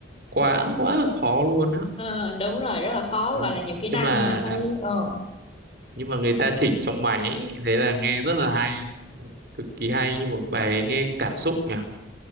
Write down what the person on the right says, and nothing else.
quá
quá là khó luôn á
Ừ,
nhưng
mà
nhưng mà người ta chỉnh trong máy thế là nghe rất là hay cực kỳ hay như một bài ấy nghe cảm xúc nhỉ